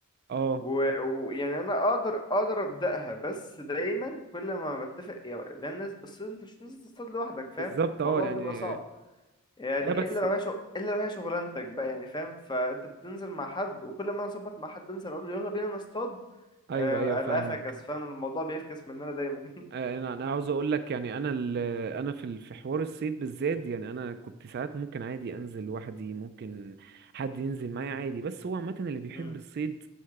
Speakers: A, on the right (about 45°); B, on the left (about 20°).
A: اه
B: و- ويعني انا اقدر اقدر ابدأها بس دايما كل ما بتفق يعني لان الصيد انت مش نازل تصطاد لوحدك فاهم
A: بالظبط
B: الموضوع
A: اه يعني
B: بيبقى صعب يعني
A: لا بس
B: الا لو هي شغ... الا لو هي شغلانتك بقى يعني فاهم فانت بتنزل مع حد وكل ما انا اظبط مع حد انزل اقول له يلا بينا نصطاد
A: ايوه
B: آه،
A: ايوه فاهمك
B: الاقيه فكس فاهم الموضوع بيفكس مننا دايما
A: آه، انا انا عاوز اقول لك يعني انا ال- انا في ال- في حوار الصيد بالذات يعني انا كنت ساعات ممكن عادي انزل لوحدي ممكن حد ينزل معايا عادي بس هو عامه اللي بيحب
B: <laughs>
A: الصيد